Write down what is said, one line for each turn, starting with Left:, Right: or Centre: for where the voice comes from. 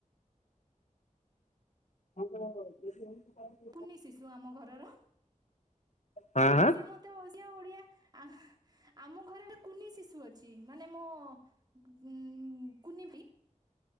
Left: <unintelligible>
Right: କୁନି ଶିଶୁ ଆମ ଘରର
Left: ହଁ ହଁ
Right: ସେ ମୋ। ତ ସେ ଓଡ଼ିଆ ଆମ ଘରେ ଗୋଟେ କୁନି ଶିଶୁ ଅଛି ମାନେ ମୋ। ଉଁ କୁନି ଭାଇ।